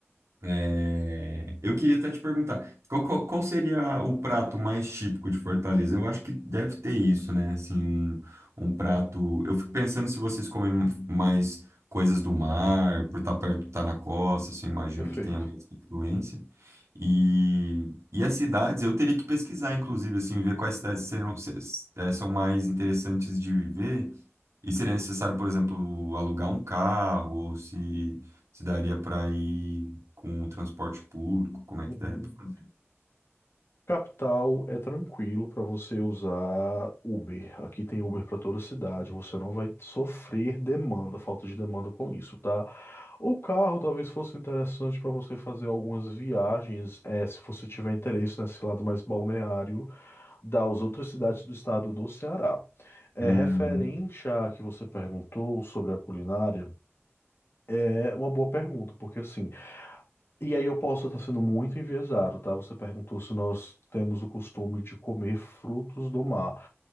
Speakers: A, on the right; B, on the left.
A: É, eu queria até te perguntar, qual, qual- qual seria o prato mais típico de Fortaleza? Eu acho que deve ter isso, né? Assim, um, um prato. Eu fico pensando se vocês comem mais coisas do mar, por estar perto, estar na costa, assim, imagino
B: perfeito.
A: que tenha mais influência. E, e as cidades, eu teria que pesquisar, inclusive, assim, ver quais cidades serão, se- eh, são mais interessantes de viver. E seria necessário, por exemplo, alugar um carro, ou se, se daria para ir com o transporte público, como é
B: Uhum.
A: que daria para fazer?
B: Capital é tranquilo para você usar Uber. Aqui tem Uber para toda cidade. Você não vai sofrer demanda, falta de demanda com isso, tá? O carro talvez fosse interessante para você fazer algumas viagens, eh, se você tiver interesse nesse lado mais balneário das outras cidades do estado do Ceará. É
A: Uhum,
B: referente a que você perguntou sobre a culinária. É uma boa pergunta, porque assim. E aí eu posso estar sendo muito enviesado, tá? Você perguntou se nós temos o costume de comer frutos do mar.